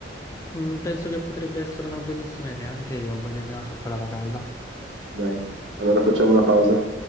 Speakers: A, on the left (about 15°); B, on the right (about 75°).
A: Mm, penso che potrebbe essere una buonissima idea, anche io ho voglia di una cioccolata calda.
B: Dai, allora facciamo una pausa.